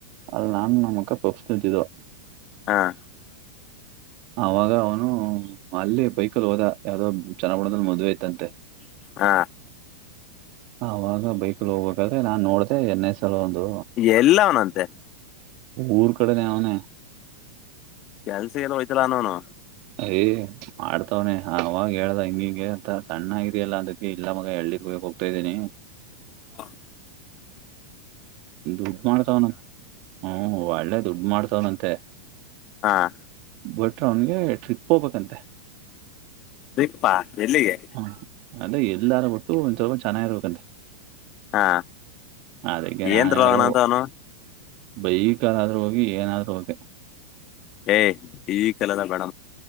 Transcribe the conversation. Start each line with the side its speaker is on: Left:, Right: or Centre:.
Right: ಅಲ್ಲಿ ನಾನು ನಮ್ಮಕ್ಕ ಪುಪ್ಸ್ ತಿಂತಿದ್ದೊ
Left: ಹಾಂ
Right: ಅವಾಗ ಅವನು ಅಲ್ಲಿ ಬೈಕಲ್ಲಿ ಹೋದ ಯಾವ್ದೋ ಚೆನ ಬುಣದಲ್ಲಿ ಮದ್ೆ ತಂತೆ
Left: ಹಾ
Right: ಅವಾಗ ಬೈಕಲ್ ಹೋಗ್ಬೇಕ್ರೆ ನಾನ್ ನೋಡ್ದ ಎನ್ೆ ಸಲ ಒಂದು
Left: ಎಲ್ಲ ಅವನಂತೆ
Right: ಊರ್ ಕಡೆನ ಅವ್ನೇ
Left: ಕೆಲ್ಸ ಇಲ್ಲ ಹೋ್ತಲ್ಲ ನೋನು
Right: ಅಯ ಮಾಡ್ತವ್ನನೆ ಅವಾಗ ಹೇಳ್ದ ಹಂಗಿಂಗೆ ಅ ಸಣ್ಣಗಿದಲ್ಲ ಅಂತಿ ಇಲ್ಲ ಮಗ ಎಳ್ಳಿರ್ಬೇಕ <unintelligible> ತಾ ಇದೀನಿ
Left: ಹಾ
Right: ದುಡ್ಡು ಮಾಡ್ತವನ ಹ ಒಳ್ಳೆ ದುಡ್ಡು ಮಾಡ್ತವನಂತೆ
Left: ಹಾಂ
Right: ಬಟ್ರ ಅವನ್ಗೆ ಟ್ರಿಪ್ ಹೋಗ್ಬೇಕಂತೆ
Left: ಪ್ಪಾ ಎಲ್ಲಿಗೆ
Right: ಹಾ ಅದೇ ಎಲ್ಲಾರು ಬಿಟ್ಟು ಒಂದ ಸ್ವಲ್ಪ ಚೆನ್ನಾಗಿರ್ಬೇಕಂತೆ
Left: ಹಾ
Right: ಅದಕ್ಕೆ ನಾನ್
Left: ಏನ್
Right: ಹೇಳ್ದೆ
Left: ಅವನ ಅಂತ ಅವನು
Right: ಬೈ ಕಾಲಾದ್ರೂ ಹೋಗಿ ಏನಾದ್ೂ ಹೋಗಿ
Left: ಏ್ ಈ ಕಾಲೆಲ್ಲ ಬೇಡ